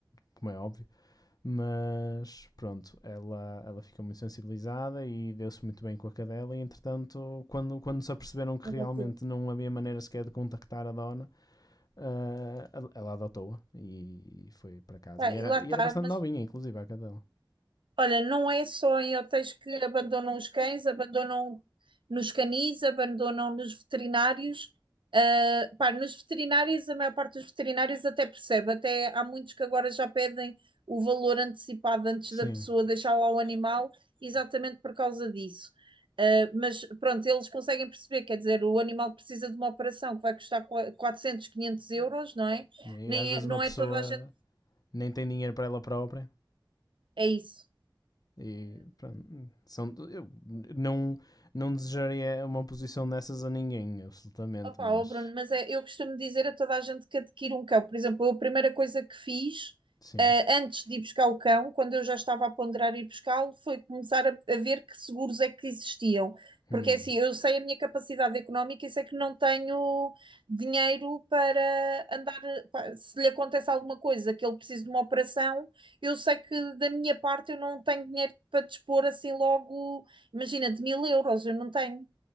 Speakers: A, on the left; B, on the right.
A: como é óbvio mas pronto, ela, ela ficou muito sensibilizada e deu-se muito bem com a cadela. E entretanto, quando, quando se aperceberam que
B: Mas
A: realmente
B: ok.
A: não havia maneira sequer de contactar a dona, ah, ela- ela adotou-a e, e foi para casa.
B: Pá,
A: E era,
B: e lá está,
A: e era bastante
B: mas
A: novinha, inclusive, a cadela.
B: Olha, não é só em hotéis que abandonam os cães, abandonam nos canis, abandonam nos veterinários. Ah, pá, nos veterinários, a maior parte dos veterinários até percebe, até há muitos que agora já pedem o valor antecipado antes
A: Sim.
B: da pessoa deixar lá o animal, exatamente por causa disso. Ah, mas pronto, eles conseguem perceber, quer dizer, o animal precisa de uma operação que vai custar qua- 400, 500 euros, não é?
A: E
B: Nem,
A: às vezes
B: é- não
A: uma pessoa
B: é toda a gente.
A: nem tem dinheiro para ela própria.
B: É isso.
A: E pronto, são, eu não, não desejaria uma posição dessas a ninguém, absolutamente,
B: Opa,
A: mas
B: ó Bruno, mas é, eu costumo dizer a toda a gente que adquire um cão. Por exemplo, eu a primeira coisa que fiz,
A: sim.
B: eh, antes de ir buscar o cão, quando eu já estava a ponderar ir buscá-lo, foi começar a, a ver que seguros é que existiam. Porque
A: Hum.
B: assim, eu sei a minha capacidade económica e sei que não tenho dinheiro para andar. pá, Se lhe acontece alguma coisa, que ele precise de uma operação, eu sei que da minha parte eu não tenho dinheiro para dispor assim logo, imagina, de mil euros, eu não tenho.